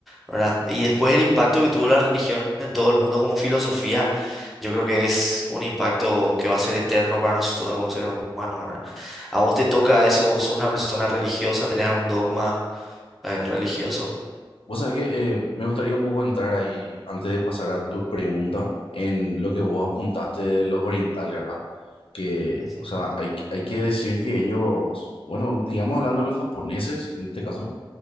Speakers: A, in the centre; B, on the left (about 80°).
A: ¿verdad? Y después el impacto que tuvo la religión en todo el mundo como filosofía, yo creo que es un impacto que va a ser eterno para nosotros como seres humanos, ¿verdad? ¿A vos te toca eso? ¿Vos sos una persona religiosa? ¿Tenés algún dogma eh, religioso?
B: Vos sabés que eh, me gustaría un poco entrar ahí, antes de pasar a tu pregunta, en lo que vos apuntaste de los orientales, ¿verdad? que,
A: Ujú.
B: o sea, hay, hay que decir que ellos, bueno, digamos hablando de los japoneses, en este caso,